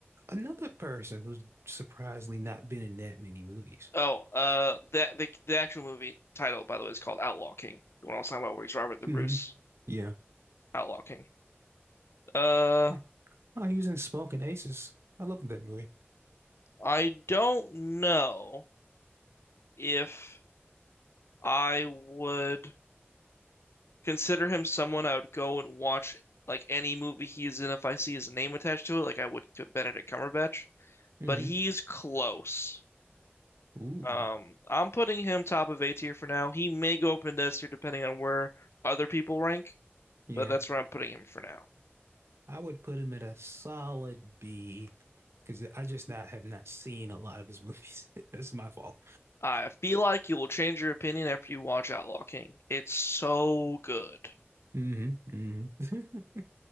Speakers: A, on the right (about 80°); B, on the left (about 75°).
A: Another person who's surprisingly not been in that many movies.
B: Oh, uh, that the the actual movie title, by the way, is called Outlaw King. The one I was talking about, where he's Robert the
A: hmm
B: Bruce,
A: Yeah.
B: Outlaw King. Uh,
A: Oh, oh, he was in Smoking Aces. I love that movie.
B: I don't know if I would consider him someone I would go and watch like any movie he is in if I see his name attached to it, like I would to Benedict Cumberbatch.
A: hmm
B: But he's close.
A: Ooh.
B: Um, I'm putting him top of A tier for now. He may go up in S tier depending on where other people rank,
A: Yeah.
B: but that's where I'm putting him for now.
A: I would put him at a solid B because I just not have not seen a lot of his movies. <laughs> That's my fault.
B: I feel like you will change your opinion after you watch Outlaw King. It's so good.
A: hmm hmm <laughs>